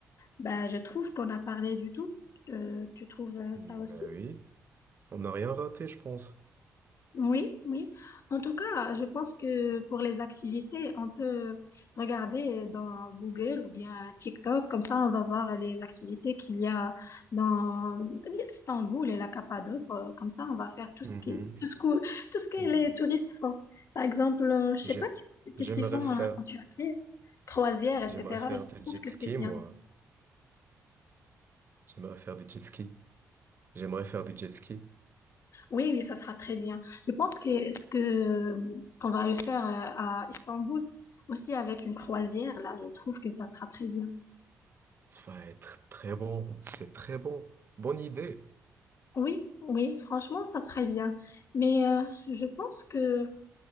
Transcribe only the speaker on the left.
Ben, je trouve qu'on a parlé du tout. Euh, tu trouves euh,
ça aussi?
Oui, oui. En tout cas, je pense que pour les activités, on peut regarder dans Google ou bien TikTok. Comme ça, on va voir les activités qu'il y a dans Istanbul et la Cappadoce. Euh, Comme ça, on va faire tout
ce qui, tout ce que, tout ce que
les touristes font. Par exemple, euh, je sais
pas qu'est-ce qu'est-ce
qu'ils font
en en Turquie, croisière, etc.
Je trouve
que
c'est bien.
Oui, oui, ça sera très bien. Je pense que ce que qu'on va le faire euh, à Istanbul aussi avec une croisière, là, je trouve que ça sera très bien.
Oui, oui, franchement, ça serait bien. Mais euh, je pense que